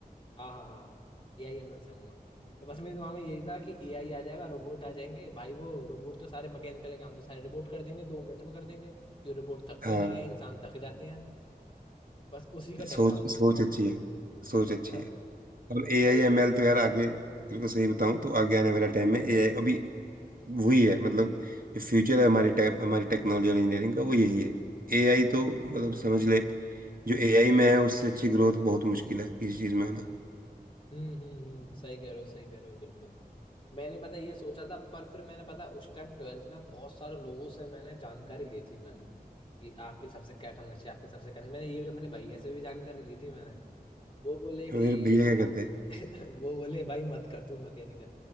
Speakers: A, on the left (about 35°); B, on the right (about 60°).
A: हाँ हाँ हाँ ए आई एम एल से हूँ मैं तो बस मेरे दिमाग में यही था कि ए आई आ जाएगा रोबोट आ जाएंगे भाई वो रोबोट तो सारे मैकेनिकल काम तो सारे रोबोट कर देंगे दो मिनट में कर देंगे ये रोबोट थकते
B: हाँ
A: नहीं है इंसान थक जाते हैं बस उसी का डर
B: सोच
A: था मुझे
B: सोच अच्छी है सोच अच्छी
A: <laughs>
B: है और ए
A: नहीं
B: आई एम
A: फिर
B: एल तो यार आगे तेरे को सही बताऊं तो आगे आने वाला टाइम में ए आई अभी वही है मतलब जो फ्यूचर है हमारी टेक हमारी टेक्नोलॉजी और इंजीनियरिंग का वो यही है ए आई तो मतलब समझ ले जो ए आई में है उससे अच्छी ग्रोथ बहुत मुश्किल है किसी चीज़ में होना
A: हम्म हम्म हम्म सही कह रहे हो सही कह रहे हो बिल्कुल मैंने पता ये सोचा था पर फिर मैंने पता उस टाइम ट्वेल्थ में बहुत सारे लोगों से मैंने जानकारी ली थी मैंने कि आपके सबसे क्या करना चाहिए आपके सबसे करना मैंने ये अपने भैया से भी जानकारी ली थी मैंने वो बोले
B: फिर
A: कि
B: भैया क्या कहते हैं
A: वो बोले भाई मत कर तू मैकेनिकल